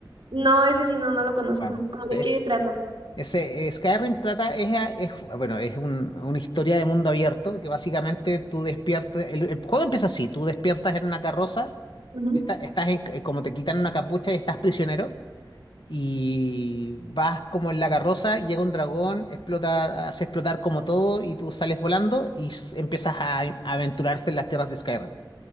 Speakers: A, on the right (about 80°); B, on the left (about 65°).
A: No, ese sí no, no lo conozco.
B: Bueno,
A: ¿Cómo
B: es
A: de qué trata?
B: Ese, eh, Skyrim trata, es, a- es- bueno, es un- una historia de mundo abierto que básicamente tú despiertas, el, el juego empieza así, tú despiertas en una carroza,
A: Ujú.
B: está- estás en- eh, como te quitan una capucha y estás prisionero y vas como en la carroza, llega un dragón, explota, hace explotar como todo y tú sales volando y s- empiezas a, a aventurarte en las tierras de Skyrim.